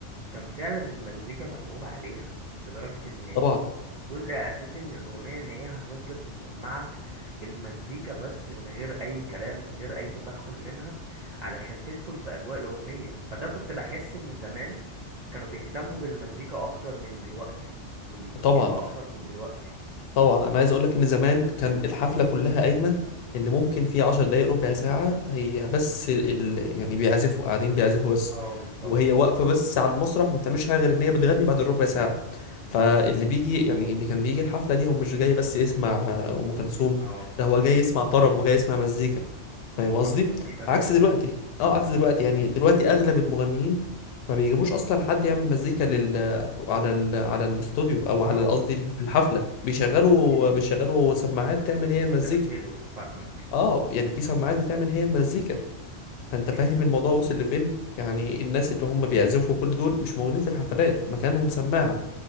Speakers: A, on the right; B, on the left.
A: كان فعلا المزيكا متعوب عليها لدرجة إن
B: طبعا
A: جزء اساسي من الاغنيه ان هي هتفضل تسمعك المزيكا بس من غير اي كلام من غير اي تدخل منها علشان تدخل في اجواء الاغنيه فده كنت بحس ان زمان كانوا بيهتموا بالمزيكا اكتر من دلوقتي والموسيقى
B: طبعا
A: اكتر من دلوقتي
B: طبعا انا عايز اقول لك ان زمان كان الحفله كلها قايمه ان ممكن في عشر دقايق ربع ساعه هي بس ال... يعني بيعزفوا قاعدين بيعزفوا بس
A: اه بالظبط
B: وهي واقفه بس على المسرح ما بتعملش حاجه غير ان هي بتغني بعد الربع ساعه
A: مم.
B: فاللي بيجي يعني اللي كان بيجي الحفله دي هو مش جاي بس يسمع آه، ام كلثوم
A: ال- اه فاهمك
B: لا هو جاي يسمع طرب وجاي يسمع مزيكا فاهم قصدي
A: صح كان في تنوع
B: عكس دلوقتي اه عكس دلوقتي يعني دلوقتي اغلب المغنيين ما بيجيبوش اصلا حد يعمل مزيكا لل على ال... على الاستوديو او على
A: اه
B: قصدي في الحفله بيشغلوا
A: او بي- بي-
B: بيشغلوا سماعات تعمل
A: بيستسهلوا
B: هي المزيكا
A: فاهمك
B: اه يعني في سماعات بتعمل هي المزيكا فانت
A: ايوه
B: فاهم الموضوع وصل لفين يعني الناس اللي هم بيعزفوا كل دول مش موجودين في الحفلات مكانهم سماعه